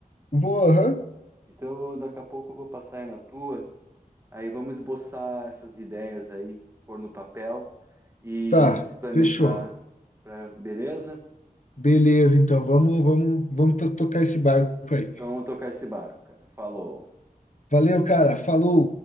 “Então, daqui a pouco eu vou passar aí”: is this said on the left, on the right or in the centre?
Right